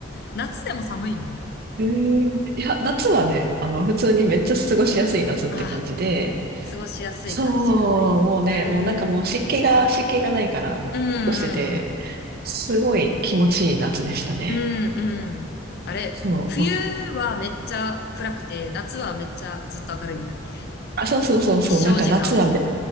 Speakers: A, on the left; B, on the right.
A: 夏でも寒いの
B: ええいや、夏はね、あの、普通にめっちゃ過ごしやすい夏って感じで、
A: ああ、過ごしやすい感じかな。
B: そう、もうね、
A: うーん、
B: もうなんかもう湿気が、湿気がないから、もう、
A: うん、
B: カッとしてて、
A: うん、
B: すごい気持ちいい夏でしたね。
A: うん、うんうん。あれ、
B: そう、
A: 冬はめっちゃ暗くて、
B: まあ、
A: 夏はめっちゃずっと明るいんだっけ
B: あ、そうそうそうそう、
A: 日照時間
B: なんか夏はべ